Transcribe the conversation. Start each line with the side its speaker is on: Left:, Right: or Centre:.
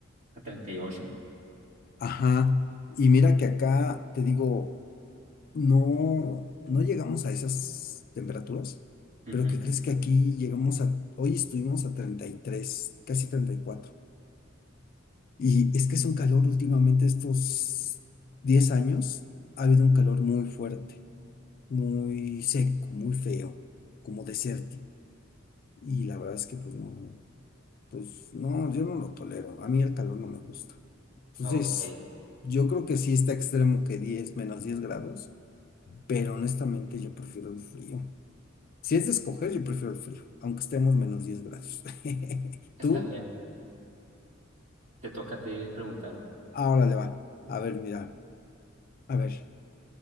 Right: a 38.
Left: Ajá. Y mira que acá te digo, no, no llegamos a esas temperaturas,
Right: Ujú.
Left: pero ¿qué crees que aquí llegamos a, hoy estuvimos a 33, casi treinta y cuatro. Y es que es un calor últimamente, estos 10 años, ha habido un calor muy fuerte, muy seco, muy feo, como desértico. Y la verdad es que pues no, pues no, yo no lo tolero. A mí el calor no me gusta. Entonces,
Right: Ok,
Left: yo creo que sí está extremo que 10 menos 10 grados, pero honestamente yo prefiero el frío. Si es de escoger, yo prefiero el frío, aunque estemos menos 10 grados. <laughs>
Right: está
Left: ¿Tú?
Right: bien. Te toca a ti preguntarme.
Left: Ahora le va. A ver, mira, a ver,